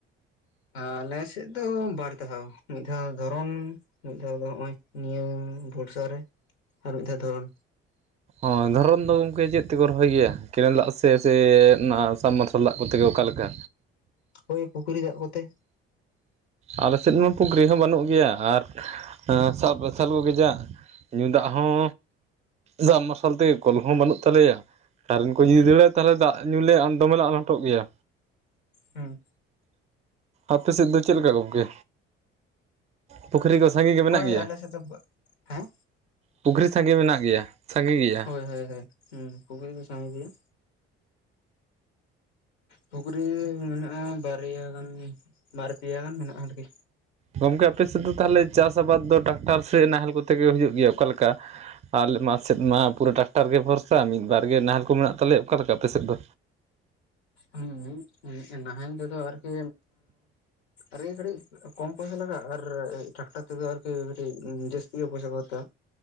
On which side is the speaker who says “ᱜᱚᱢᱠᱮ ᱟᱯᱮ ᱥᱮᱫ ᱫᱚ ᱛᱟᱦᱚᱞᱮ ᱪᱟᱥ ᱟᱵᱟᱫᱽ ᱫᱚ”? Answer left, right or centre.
Right